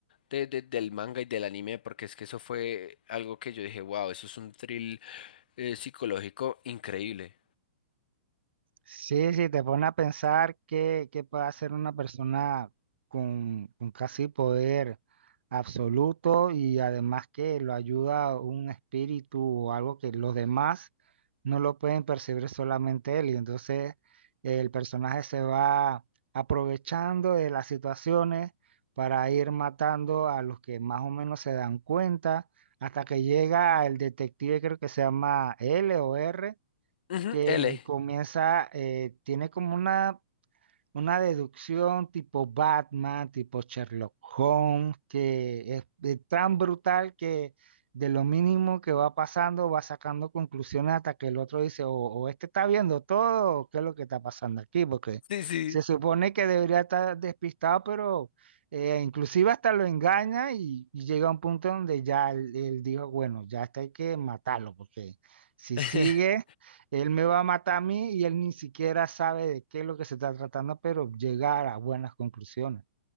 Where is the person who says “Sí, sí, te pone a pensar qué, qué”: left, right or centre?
Right